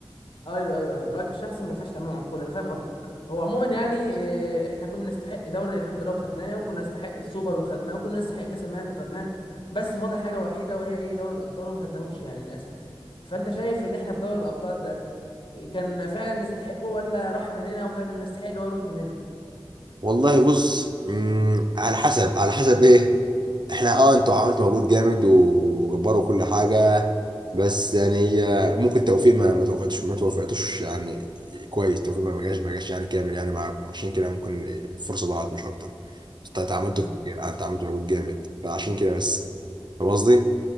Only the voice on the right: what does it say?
والله بص مم، على حسب على حسب ايه احنا اه انتوا عملتوا مجهود جامد وجبروا كل حاجه بس يعني آه، ممكن توفيق ما ما توفقتش ما توفقتوش يعني كويس توفيق ما ما جاش ما جاش يعني كامل يعني معاكم عشان كده ممكن الفرصه ضاعت مش اكتر انت أنت عملتوا
كتير انت عملتوا مجهود جامد فعشان كده بس فاهم قصدي؟